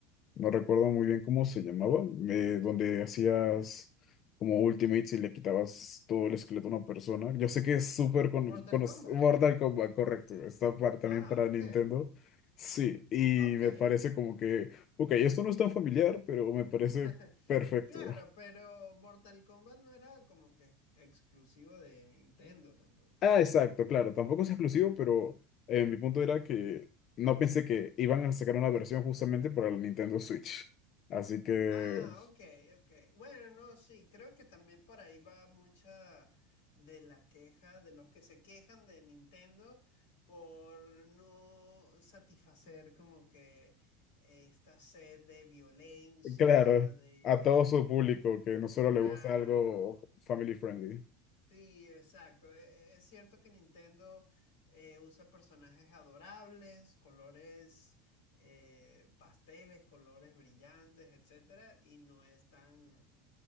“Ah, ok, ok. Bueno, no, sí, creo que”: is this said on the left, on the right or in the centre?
Left